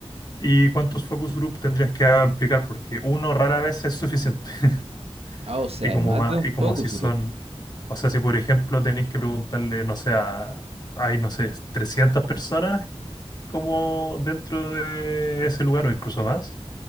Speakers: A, on the left; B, on the right.
A: y cuántos focus group tendrías que aplicar, porque uno rara vez es suficiente,
B: Ah,
A: <laughs>
B: o sea,
A: y como
B: es más
A: más,
B: de un
A: y
B: focus
A: como si son,
B: group.
A: o sea, si por ejemplo tenés que preguntarle, no sé, a hay, no sé, 300 personas como dentro de ese lugar o incluso más.